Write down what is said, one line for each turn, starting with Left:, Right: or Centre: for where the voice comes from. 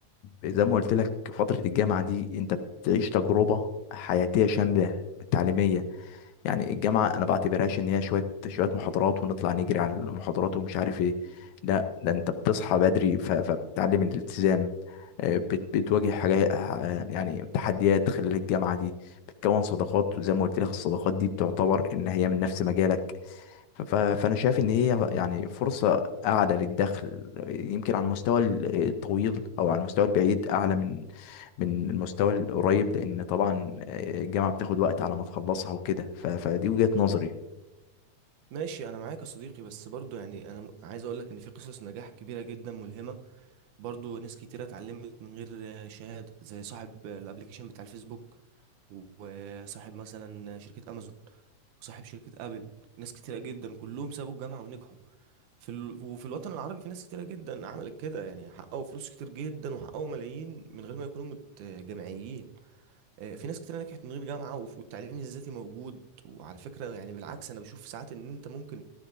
Left: زي ما قلت لك فترة الجامعة دي انت بتعيش تجربة حياتية شاملة تعليمية يعني الجامعة أنا بعتبرهاش إن هي شوية شوية محاضرات ونطلع نجري على المحاضرات ومش عارف إيه لا ده أنت بتصحى بدري ف- فبتتعلم الالتزام آه، بت- بتواجه حاجات آه، يعني تحديات خلال الجامعة دي بتكون صداقات وزي ما قلت لك الصداقات دي بتعتبر إن هي من نفس مجالك ف- فانا شايف ان هي يعني فرصه اعلى للدخل يمكن على المستوى ال- الطويل او على المستوى البعيد اعلى من من المستوى القريب لان طبعا آه، الجامعه بتاخد وقت على ما تخلصها وكده ف- فدي وجهه نظري
Right: ماشي انا معاك يا صديقي بس برضو يعني انا م- عايز اقولك ان في قصص نجاح كبيره جدا ملهمه برضو ناس كتيرة اتعلمت من غير شهادة زي صاحب الابليكيشن بتاع الفيسبوك وصاحب مثلا شركة امازون وصاحب شركة ابل ناس كتيرة جدا كلهم سابوا الجامعة ونجحوا في ال... وفي الوطن العربي في ناس كتيرة جدا عملت كده يعني حققوا فلوس كتير جدا وحققوا ملايين من غير ما يكونوا مت- جامعيين آه، في ناس كتيرة نجحت من غير جامعة وف- والتعليم الذاتي موجود وعلى فكرة يعني بالعكس انا بشوف ساعات ان انت ممكن